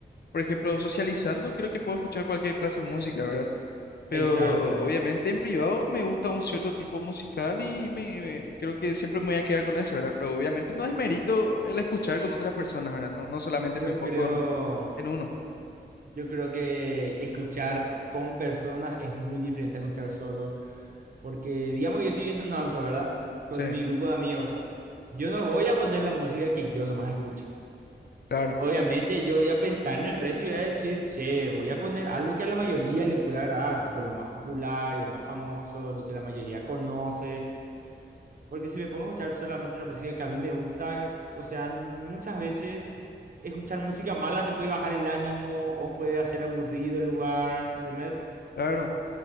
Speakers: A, on the left (about 60°); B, on the right (about 50°).
A: Por ejemplo, socializando, creo que puedo escuchar cualquier clase de música, ¿verdad? Pero
B: Exacto.
A: obviamente en privado me gusta un cierto tipo musical y me, me- creo que siempre me voy a quedar con ese, ¿verdad? Pero obviamente no
B: Sí,
A: es mérito el escuchar con otras personas, ¿verdad? No, no solamente
B: yo
A: me enfoco
B: creo.
A: en, en uno.
B: Yo creo que escuchar con personas es muy diferente a escuchar solo, porque digamos que yo estoy en un auto, ¿verdad? Con
A: Sí,
B: mi grupo de amigos. Yo no voy a poner la música que yo nomás escucho.
A: claro,
B: Obviamente yo voy a pensar en el resto y voy a decir, che, voy a poner algo que a la mayoría le pueda agradar, tipo lo más popular, lo más famoso, lo que la mayoría conoce. Porque si me pongo a escuchar solamente la música que a mí me gusta, o sea, muchas veces escuchar música mala te puede bajar el ánimo o puede hacer aburrido el lugar, ¿entendés?
A: claro.